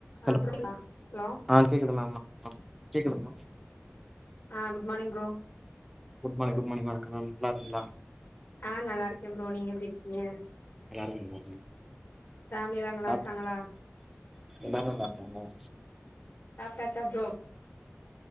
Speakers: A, in the centre; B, on the left.
A: ஹலோ
B: ஆ <inaudible> hello
A: ஆ கேக்குது <inaudible> ஆ கேக்குது மா
B: ஆ குட் மானிங் ப்ரோ
A: குட் மானி்ங் குட் மானிங் <inaudible> நல்லா இருக்கீங்களா
B: ஆ நல்லா இருக்கே ப்ரோ நீங்க எப்படி இருக்கீங்க
A: <inaudible>
B: ஃபேமிலிலா நல்லா
A: சாப்
B: இருக்காங்களா
A: எல்லாரு நல்லாருக்காங்க
B: சாப்ட்டாச்சா ப்ரோ